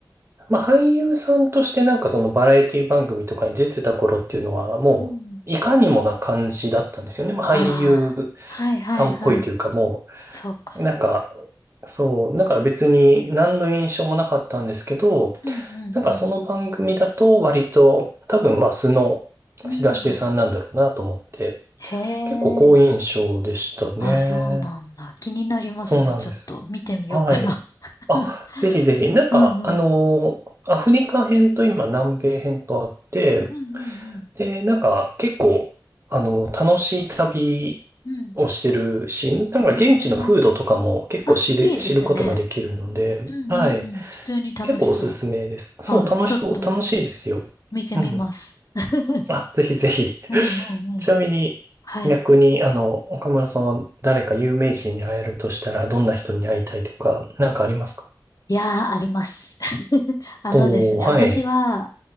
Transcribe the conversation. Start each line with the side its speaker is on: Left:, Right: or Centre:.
Right: まあ俳優さんとしてなんかそのバラエティ番組とかに出てた頃っていうのは、もう、
Left: うん。
Right: いかにもな感じだったんですよね。まあ俳優
Left: ああ、はいはいはい。
Right: さんっぽいというかも
Left: そうかそうか。
Right: う、なんか、そう、だから別に何の印象もなかったんですけど、
Left: うんうん
Right: なんかその番組だと割と多分まあ素の
Left: うん。うん。
Right: 東出さんなんだろうなと思って、
Left: へ
Right: 結構好印象でしたね。
Left: え。あ、そうなんだ。気になりますね。
Right: そうなんです。
Left: ちょっと見てみようかな。
Right: はい。
Left: <laughs>
Right: あ、ぜひぜひ。なんか、
Left: うんうん。
Right: あのーアフリカ編と今南米編とあって、
Left: うんうん
Right: で、なんか結構、あのー楽しい旅をしてるし、
Left: うん。うん。
Right: なんか現地の風土とかも結構知れ、
Left: へえ。あ、いいですね。
Right: 知ることができるので、
Left: うんうんうん。
Right: はい。
Left: 普通に楽しそう。
Right: 結構おすすめです。そう、
Left: あ、
Right: 楽しそう、
Left: ちょっと
Right: 楽しいですよ。
Left: 見てみます。
Right: うん。
Left: <laughs>
Right: あ、ぜひぜひ。
Left: うんうんうん。
Right: <laughs> ちなみに、
Left: はい。
Right: 逆に、あの、岡村さんは誰か有名人に会えるとしたら、どんな人に会いたいとか、なんかありますか
Left: いやー、あります。<laughs> あのですね、
Right: おー、
Left: 私は、
Right: はい。